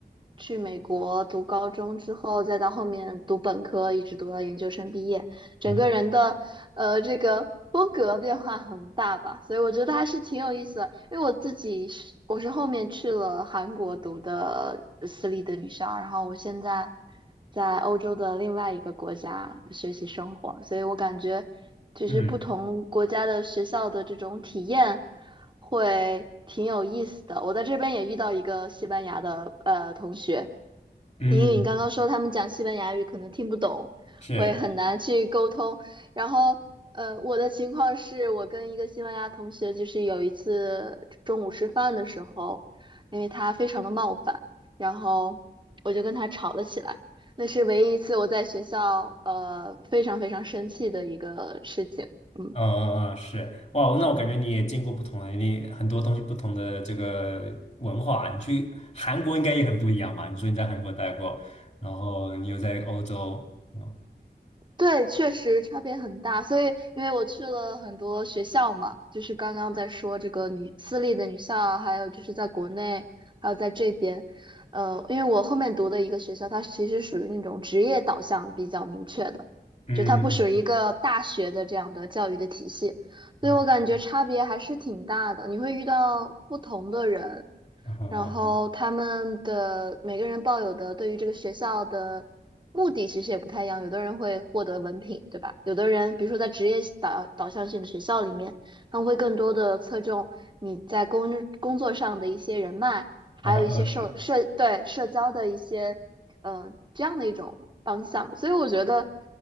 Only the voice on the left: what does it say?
嗯
嗯
嗯，
是。
嗯嗯嗯，是，哇，那我感觉你也见过不同的，你很多东西不同的这个文化啊，你去韩国应该也很不一样吧？你说你在韩国待过，然后你又在欧洲，嗯
嗯
嗯
嗯
嗯嗯，是，